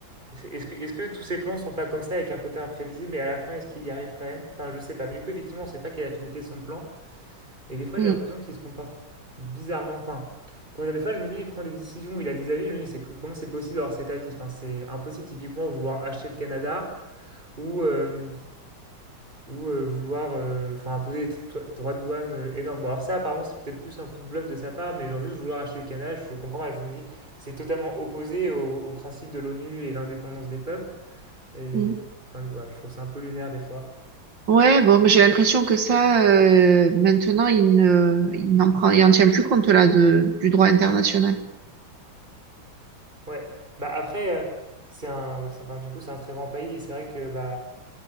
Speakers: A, on the right; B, on the right.
A: c'est- est-ce que, est-ce que tous ces plans sont pas comme ça, avec un côté imprévisible, mais à la fin, est-ce qu'il y arrive quand même? Enfin, je sais pas. Mais du coup, effectivement, on sait pas quelle est la finalité de son plan. Et des fois, j'ai
B: Mm,
A: l'impression qu'il se comporte bizarrement. Enfin, comment dire, des fois, je me dis, il prend des décisions, il a des avis, je me dis, c'est, comment c'est possible d'avoir cet avis? Enfin, c'est impossible, typiquement, vouloir acheter le Canada ou, euh, ou euh, vouloir euh, enfin imposer des to- droits de douane euh, énormes. Bon, alors ça, apparemment, c'est peut-être plus un coup de bluff de sa part, mais genre juste vouloir acheter le Canada, je comprends pas. Je me dis, c'est totalement opposé au, au principe de l'ONU et l'indépendance des peuples. Et
B: mm.
A: enfin, voilà, je trouve ça un peu lunaire des fois.
B: Ouais, bon, mais j'ai l'impression que ça, euh, maintenant, il ne, il n'en prend, il en tient plus compte là de, du droit international.
A: Ouais. Bah après, euh, c'est un, bah, ça- enfin, du coup, c'est un très grand pays et c'est vrai que bah